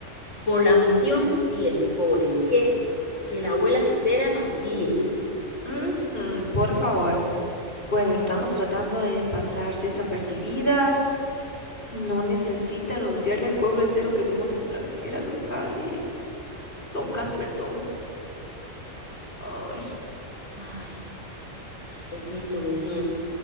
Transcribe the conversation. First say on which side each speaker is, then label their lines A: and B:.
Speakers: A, on the left; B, on the left.
A: por la misión y el por el queso. Que la abuela quesera nos guíe.
B: Ujú, por favor. Bueno, estamos tratando de pasar desapercibidas. No necesita anunciarle al pueblo entero que somos extranjeras locales. Locas, perdón. Ay.
A: Ay, lo siento, lo siento.